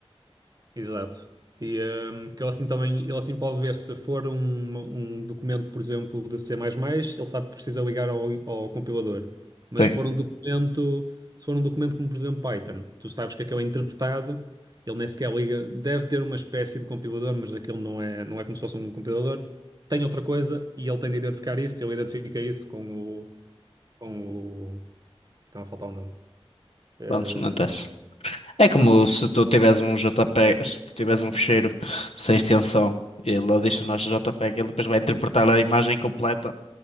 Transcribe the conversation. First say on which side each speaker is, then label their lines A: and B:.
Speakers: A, on the right (about 40°); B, on the left (about 85°).
A: Exato. E hum, que ele assim também, ele assim pode ver se for um, um documento, por exemplo, de C++, ele sabe que precisa ligar ao, ao compilador. Mas
B: Sim,
A: se for um documento, se for um documento como, por exemplo, Python, tu sabes que aquele é interpretado, ele nem sequer liga, deve ter uma espécie de compilador, mas aquilo não é, não é como se fosse um compilador. Tem outra coisa e ele tem de identificar isso, ele identifica isso com o, com o, estava a faltar o nome. Eh,
B: pronto, não interessa. É
A: o que
B: como
A: está no fim.
B: se tu tiveres um JPEG, se tu tiveres um ficheiro sem extensão, ele adiciona JPEG, ele depois vai interpretar a imagem completa.